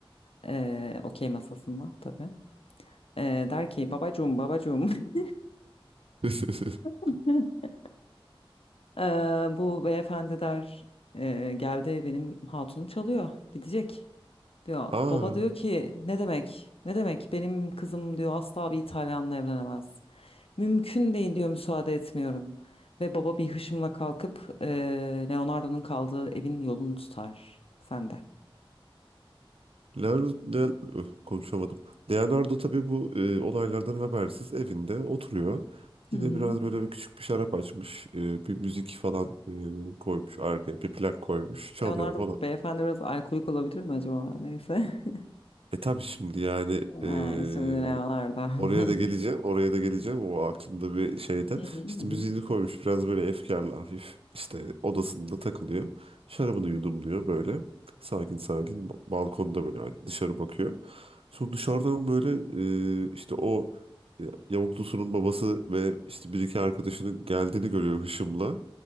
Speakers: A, on the left; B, on the right.
A: Ee, okey masasında tabii. Ee, der ki babacığım babacığım.
B: <laughs>
A: <laughs> Ee, bu beyefendi der "Ee, geldi benim hatunu çalıyor gidecek diyor.
B: Aa.
A: Baba diyor ki ne demek ne demek benim kızım diyor asla bir İtalyanla evlenemez. Mümkün değil diyor müsaade etmiyorum. Ve baba bir hışımla kalkıp eee, Leonardo'nun kaldığı evin yolunu tutar. Sen de.
B: Leonardo, Leo- Öh, konuşamadım. Leonardo tabii bu e, olaylardan habersiz evinde oturuyor. Yine
A: Hı hı.
B: biraz böyle bir küçük bir şarap açmış. e, bir müzik falan e, koymuş arkaya. Bir plak koymuş. Çalıyor
A: Leonardo
B: falan.
A: beyefendi biraz alkolik olabilir mi acaba? Neyse. <laughs>
B: E tabii şimdi yani
A: Yani
B: e,
A: şimdi Leonardo. <laughs>
B: Oraya da geleceğim, oraya da geleceğim. O aklımda bir şeyde.
A: Hı hı.
B: İşte müziğini koymuş biraz böyle efkarlı hafif. İşte odasında takılıyor. Şarabını yudumluyor böyle. Sakin sakin ba- balkonda böyle dışarı bakıyor. Sonra dışarıdan böyle e, işte o e, yavuklusunun babası ve işte bir iki arkadaşının geldiğini görüyor hışımla.